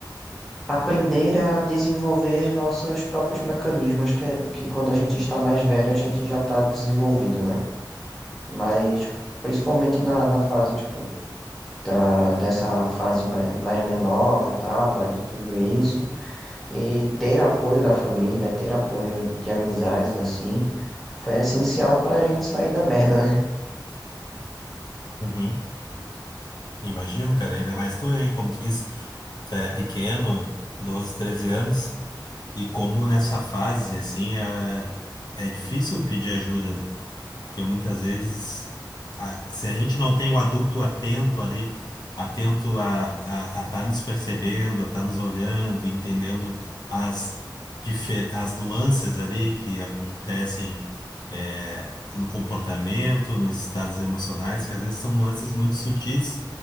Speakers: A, in the centre; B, on the left.
A: aprender a desenvolver nossos próprios mecanismos, que, que quando a gente está mais velho, a gente já está desenvolvido, né? Mas principalmente na, na fase, tipo, ah, dessa fase ma- mais menor que eu tava, de tudo isso. E ter apoio da família, ter apoio de amizades, assim, foi essencial pra gente sair da merda, né?
B: Uhum. Imagino, cara, ainda mais tu aí, como tu disse, tu era pequeno, 12 13 anos, e como nessa fase, assim, é, é difícil pedir ajuda, né? Porque muitas vezes, a- se a gente não tem o adulto atento ali, atento a estar a, a tá nos percebendo, a estar nos olhando, e entendendo as, difer- as nuances ali que acontecem eh, no comportamento, nos estados emocionais, que às vezes são nuances muito sutis,